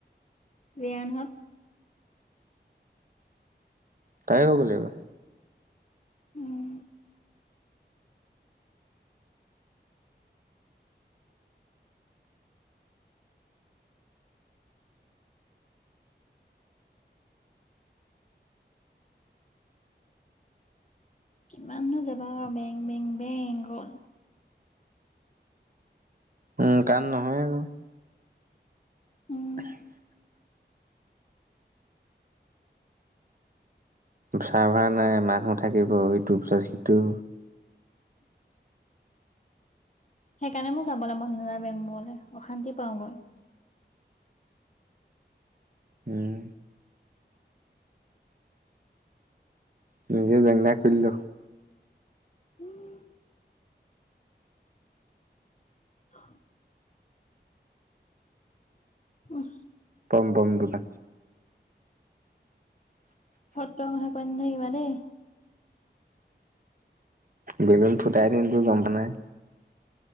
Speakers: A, on the left (about 40°); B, on the right (about 50°).
A: ৰিয়ানহত।
B: তাই ক'ব লাগিব।
A: উম। কিমাননো যাবা আৰু বেং বেং বেং অকল।
B: উম, কাম নহয় আকৌ। <unintelligible>
A: উম
B: চাৰ্ভাৰ নাই মানুহ থাকিব ইটোৰ পিছত সিটো।
A: সেইকাৰণে মোৰ যাবলে মন নাযায় বেংকবোৰলে। অশান্তি পাওঁ গৈ।
B: উম। নিজে বেংক এটা খুলি ল।
A: উম। হ। অহ।
B: পম বম দুটা।
A: ফটোৱা কথা কয় নাথাকিবা দেই।
B: বেলুন ফুটাই দিম তো গম পোৱা নাই।